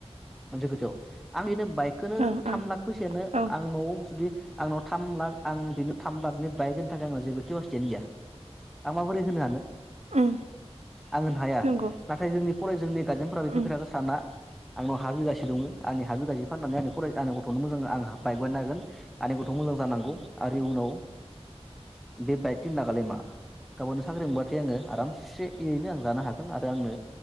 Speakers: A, in the centre; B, on the right (about 85°).
A: मोनसे खोथायाव आं बिनो बाइक खौनो
B: ओं ओं
A: थाम लाख फैसायानो
B: औ
A: आंनाव जुदि आंनाव थाम लाख आं बेनि थाम लाखनि बाइकनि थाखाय आं जेबो खिफासिथियानो गैया आं माबोरै होनो हानो
B: उम
A: आं होनो हाया
B: नंगौ
A: नाथाय जोंनि फराय जोंनि गारजेनफोरा बेफोर
B: उम
A: खोथाखौ साना आंनाव हा बिगासे दङ आंनि हा बिगासे फाननानै आंनि फरायसा आंनि गथ'नो मोजां आंहा बाइक बायना होगोन आंनि गथ' मोजां जानांगौ आरो इउनाव बे बाइक थिन लाकालाय मा गाबोननो साख्रि मोनबाथाय आङो आरामसे एरैनो आं जानो हा गोन आरो आंनो